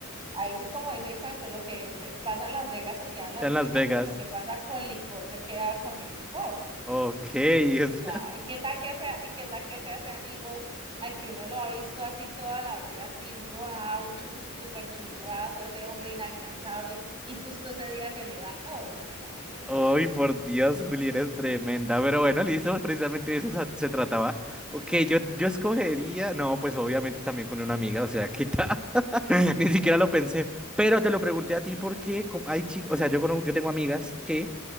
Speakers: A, on the right; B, in the centre.
A: ahí sí como dice el cuento, lo que se pasa en Las Vegas se queda en Las
B: Ya en
A: Vegas,
B: Las Vegas.
A: pues lo que pasa con licor se queda con el licor.
B: Ok,
A: Y
B: o sea,
A: ya,
B: <laughs>
A: ¿y qué tal que sea, y qué tal que sea ese amigo al que uno lo ha visto así toda la vida, así, wow, súper churrazo, ese hombre inalcanzable, y justo ese día se le da, no, con el amigo.
B: Ay, por Dios, Juli, eres tremenda. Pero bueno, listo, pues precisamente de eso sa- se trataba. Ok, yo, yo escogería, no, pues obviamente también con una amiga, o sea, quita. <laughs> Ni siquiera lo pensé. Pero te lo pregunté a ti porque co- hay chicas, o sea, yo, cono- yo tengo amigas que,